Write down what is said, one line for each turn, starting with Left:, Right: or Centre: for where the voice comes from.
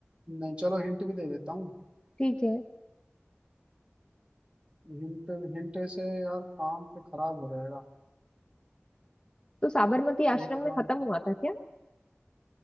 Right: नहीं चलो हिंट भी दे देता हूँ
Left: ठीक है
Right: हिंट हिंट से यार काम पे खराब हो जाएगा
Left: तो साबरमती आश्रम
Right: एक काम
Left: में खत्म हुआ था क्या